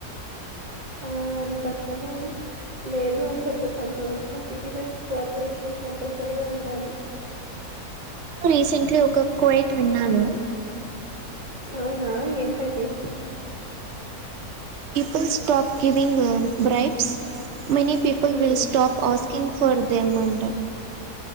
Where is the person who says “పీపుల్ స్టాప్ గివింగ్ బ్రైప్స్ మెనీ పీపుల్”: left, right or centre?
Right